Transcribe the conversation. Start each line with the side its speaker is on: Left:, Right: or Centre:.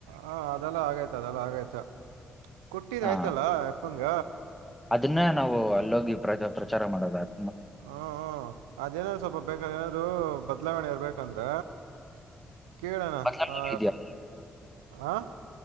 Right: ಹ ಅದೆಲ್ಲ ಆಗೈತ ಅದೆಲ್ಲ ಆಗೈತ ಕುಟ್ಟಿಿದ
Centre: ಹಾ
Right: ಆಯ್ತಲಾ ಎಪ್ಪಂಗ
Centre: ಅದನ್ನ ನಾವು ಅಲ್ಲೋಗಿ ಪ್ರಾ ಪ್ರಚಾರ ಮಾಡೋದಾದ
Right: ಹ್ಮ ಹ ಅದೇನಾದ್ರು ಸ್ವಲ್ಪ ಬೇಕಾರ ಏನಾದ್ರು ಬದಲಾವಣೆ ಇರ್ಬೇಕಂದ್ರ ಕೇಳ
Centre: ಬದಲಾವಣೆಗಳು
Right: ಆ
Centre: ಇದೆಯಾ
Right: ಆ